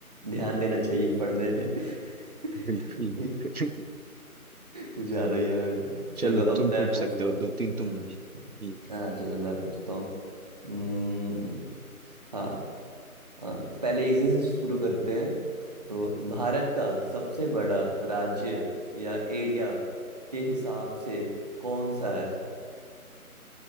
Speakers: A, on the right (about 25°); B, on the right (about 75°).
A: ध्यान देना चाहिए पढ़ने में <laughs>
B: <laughs> बिल्कुल
A: नहीं,
B: बिल्कुल
A: <laughs> कुछ ज्यादा ही हार्ड है
B: <laughs>
A: चलो
B: चलो
A: अब
B: तुम
A: मैं
B: पूछ
A: पूछता
B: सकते हो
A: हूँ
B: दो तीन
A: हम्म
B: तुम पूछ हम्म।
A: हाँ चलो मैं पूछता हूँ हम्म, हाँ अ, पहले इजी से शुरू करते हैं तो भारत का सबसे बड़ा राज्य या एरिया के हिसाब से कौन सा है